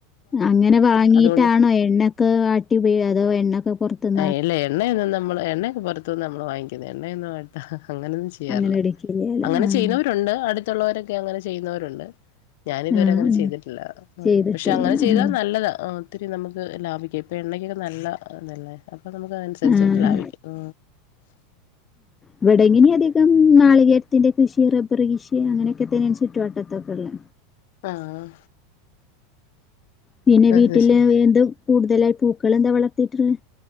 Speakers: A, on the left; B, on the left.
A: അങ്ങനെ വാങ്ങീട്ടാണോ
B: അതുകൊണ്ട്
A: എണ്ണൊക്കെ ആട്ടി പയോ അതോ എണ്ണക്കെ പുറത്ത്ന്ന്
B: ആ ഇല്ല എണ്ണയൊന്നും നമ്മള് എണ്ണയൊക്കെ പുറത്തുന്ന് നമ്മള് വാങ്ങിക്കുന്ന എണ്ണയൊന്നും <unintelligible> അങ്ങനെയൊന്നും ചെയ്യാറില്ല.
A: അങ്ങനെ എടുക്കില്ലല്ലേ
B: അങ്ങനെ
A: ആഹ്
B: ചെയ്യുന്നവരുണ്ട് അടുത്തുള്ളവരൊക്കെ അങ്ങനെ ചെയ്യുന്നവരുണ്ട് ഞാാനിതുവരെ
A: ആഹ്
B: അങ്ങനെ
A: ഉം
B: ചെയ്തിട്ടില്ല.
A: ചെയ്തിട്ടില്ല
B: പക്ഷെ അങ്ങനെ ചെയ്താൽ
A: ഉം
B: നല്ലതാണ് ആ ഒത്തിരി നമുക്ക് ലാഭിക്കാം ഇപ്പോ എണ്ണക്കൊക്കെ നല്ല ഇത ല്ലേ അപ്പൊ നമുക്ക് അതനുസരിച്ച്
A: ആഹ്
B: ലാഭിക്കും ആ
A: ഇവിടെയിങ്ങനെ അധികം നാളികേ ത്തിന്റെ കൃഷി, റബ്ബർ കൃഷി അങ്ങനൊക്കെ തന്നെ ചുറ്റുവ ട്ടത്തൊക്കെ ഉള്ളെ
B: ആഹ്
A: പിന്നെ വീട്ടില്
B: അത് ശരി
A: എന്ത കൂടുതലായി പൂക്കൾ എന്താ വളർത്തിട്ട്ള്ളെ?